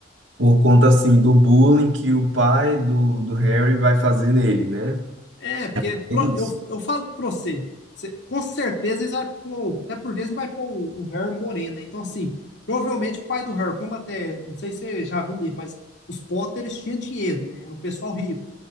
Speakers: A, on the right; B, on the left.
A: por conta assim do bullying que o pai do, do Harry vai fazer nele, né?
B: é, porque
A: É
B: pro-
A: isso.
B: eu, eu falo pra você, você- com certeza eles vai pôr, até porque eles não vai pôr o, o Harry moreno, né? Então, assim, provavelmente o pai do Harry, como até, não sei se você já viu o livro, mas os Potters tinham dinheiro, né? Era um pessoal rico.